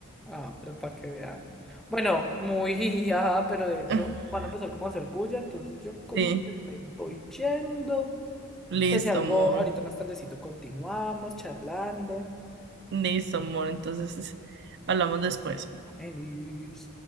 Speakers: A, in the centre; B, on the right.
A: Ah, pero para que vean. Bueno, muy <laughs> jiji, ajá, pero de hecho
B: <laughs>
A: van a empezar como a hacer bulla, entonces yo como
B: Sí,
A: que me voy yendo.
B: listo,
A: Pues si algo,
B: amor.
A: ahorita más tardecito continuamos charlando.
B: Listo, amor. Entonces, hablamos después.
A: Venís.